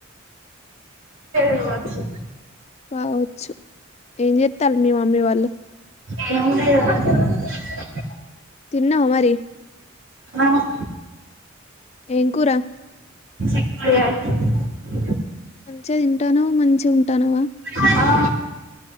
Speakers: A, on the right; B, on the left.
A: రివార్డ్స్.
B: కావచ్చు ఏం చెస్తాంల్లు మీ మమ్మీ వాళ్ళు.
A: <unintelligible>
B: తిన్నావ మరి.
A: ఆహ్.
B: ఏం కూరా.
A: <unintelligible>
B: మంచిగా తింటునవ్ మంచిగ ఉంటునవా.
A: కాయ ఆ